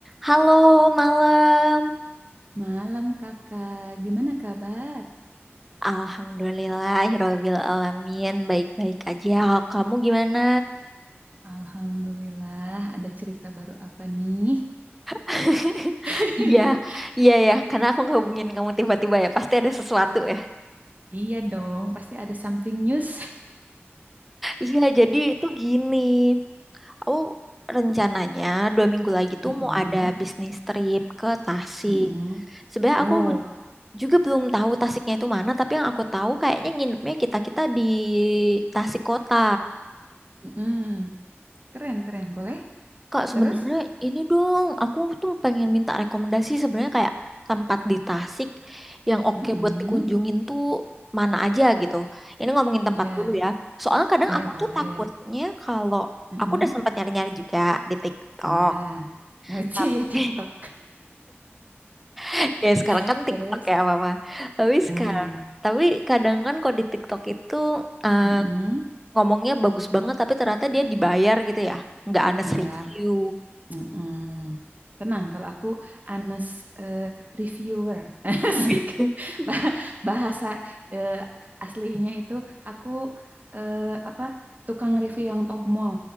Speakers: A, in the centre; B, on the right (about 40°).
A: Halo, malam.
B: Malam kakak, gimana kabar?
A: Alhamdulillah, Hirobil Alamin. Baik-baik aja. Kalau kamu gimana?
B: Alhamdulillah, ada cerita baru apa nih?
A: <laughs>
B: <laughs>
A: Iya, iya ya. Karena aku ngehubungin kamu tiba-tiba ya. Pasti ada sesuatu ya.
B: Iya dong, pasti ada something news.
A: Iya, jadi itu gini. Aku rencananya dua minggu lagi
B: <laughs>
A: tuh
B: Mm-mm,
A: mau ada bisnis trip ke Tasik.
B: mm-mm.
A: Sebenarnya
B: Wow,
A: aku juga belum tahu Tasiknya itu mana. Tapi yang aku tahu kayaknya nginepnya kita-kita di Tasik Kota.
B: mm-mm. Keren, keren. Boleh?
A: Kak, sebenarnya
B: Terus?
A: ini dong, aku tuh pengen minta rekomendasi sebenarnya kayak tempat di Tasik yang oke
B: Mm-mm.
A: buat dikunjungin tuh mana aja gitu. Ini ngomongin tempat
B: Iya,
A: dulu ya. Soalnya kadang
B: iya
A: aku
B: boleh.
A: tuh takutnya kalau
B: Mm-mm.
A: aku udah sempat nyari-nyari juga di TikTok.
B: Iya, <laughs> Ngeci
A: Tapi
B: ya TikTok.
A: <laughs> ya sekarang
B: <laughs>
A: kan TikTok
B: Terus?
A: ya apa-apa. Tapi
B: Mm.
A: sekarang, tapi kadang kan kalau di TikTok itu eh,
B: Mm-mm.
A: ngomongnya bagus banget tapi ternyata dia dibayar gitu ya. Nggak honest
B: Iya,
A: review.
B: Mm-mm. Tenang, kalau aku honest eh, reviewer. <laughs> Asik.
A: <laughs>
B: Bah- Bahasa eh, aslinya itu aku eh, apa tukang review yang togmol,